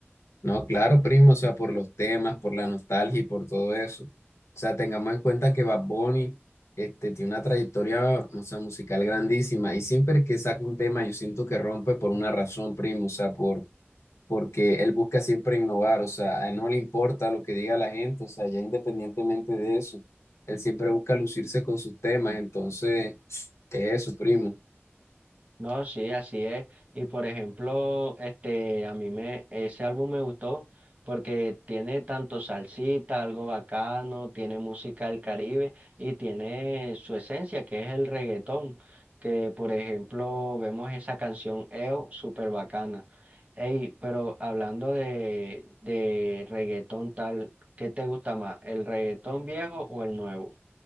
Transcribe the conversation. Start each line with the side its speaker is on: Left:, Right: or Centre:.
Left: No, claro, primo, o sea, por los temas, por la nostalgia y por todo eso. O sea, tengamos en cuenta que Bad Bunny, este, tiene una trayectoria, o sea, musical grandísima y siempre que saca un tema yo siento que rompe por una razón, primo, o sea, por, porque él busca siempre innovar, o sea, a él no le importa lo que diga la gente, o sea, ya independientemente de eso, él siempre busca lucirse con sus temas, entonces, eso, primo.
Right: No, sí, así es. Y por ejemplo, este, a mí me, ese álbum me gustó porque tiene tanto salsita, algo bacano, tiene música del Caribe y tiene su esencia, que es el reggaetón. Que por ejemplo, vemos esa canción EO, súper bacana. Ey, pero hablando de, de reggaetón tal, ¿qué te gusta más? ¿El reggaetón viejo o el nuevo?